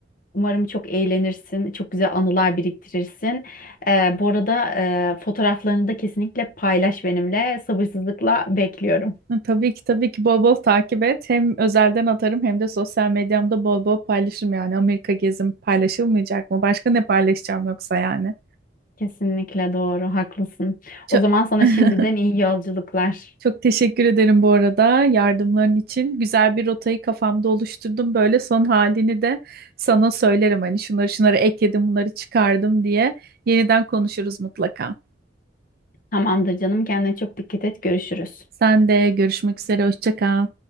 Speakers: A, on the left; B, on the right.
A: Umarım çok eğlenirsin, çok güzel anılar biriktirirsin. Ee, bu arada e, fotoğraflarını da kesinlikle paylaş benimle. Sabırsızlıkla bekliyorum.
B: Hı, Tabii ki tabii ki bol bol takip et. Hem özelden atarım hem de sosyal medyamda bol bol paylaşırım yani. Amerika gezim paylaşılmayacak mı? Başka ne paylaşacağım yoksa yani?
A: Kesinlikle doğru, haklısın.
B: Çok,
A: O zaman sana
B: <laughs>
A: şimdiden iyi yolculuklar.
B: çok teşekkür ederim bu arada yardımların için. Güzel bir rotayı kafamda oluşturdum. Böyle son halini de sana söylerim. Hani şunları şunları ekledim, bunları çıkardım diye. Yeniden konuşuruz mutlaka.
A: Tamamdır canım, kendine çok dikkat et. Görüşürüz.
B: Sen de görüşmek üzere. Hoşça kal.